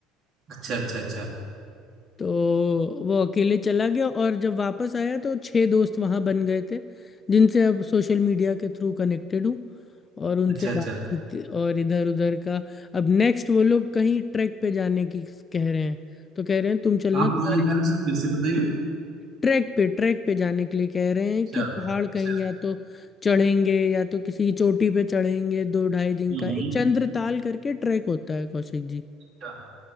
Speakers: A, on the right; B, on the left.
A: अच्छा अच्छा अच्छा
B: तो वो अकेले चला गया और जब वापस आया तो छह दोस्त वहां बन गए थे जिनसे अब सोशल मीडिया के थ्रू कनेक्टेड हूँ और उनसे
A: अच्छा अच्छा
B: बातचीत और इधर उधर का अब नेक्स्ट वो लोग कहीं ट्रैक पे जाने की कह रहे हैं तो कह रहे हैं तुम चलना
A: आप
B: तुम्हारे
A: जाने कह रहे सर फिर से बताएंगे
B: ट्रैक पे ट्रैक पे जाने के लिए कह रहे हैं
A: अच्छा
B: कि
A: अच्छा
B: पहाड़ कहीं या तो चढ़ेंगे या तो किसी चोटी पे चढ़ेंगे दो ढाई दिन
A: हम्म
B: का
A: हम्म,
B: एक चंद्रताल करके ट्रैक होता है कौशिक जी
A: अच्छा